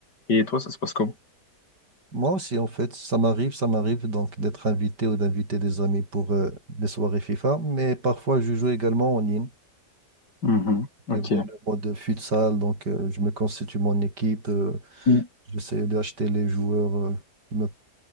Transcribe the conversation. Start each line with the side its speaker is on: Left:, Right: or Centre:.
Left: Et toi, ça se passe comment?
Right: Moi aussi, en fait, ça m'arrive, ça m'arrive donc d'être invité ou d'inviter des amis pour euh, des soirées FIFA, mais parfois je joue également en ligne,
Left: Mhm.
Right: que
Left: Ok.
Right: via le mode futsal, donc euh, je me constitue mon équipe. euh,
Left: Mm.
Right: J'essaie d'acheter les joueurs euh, qui me-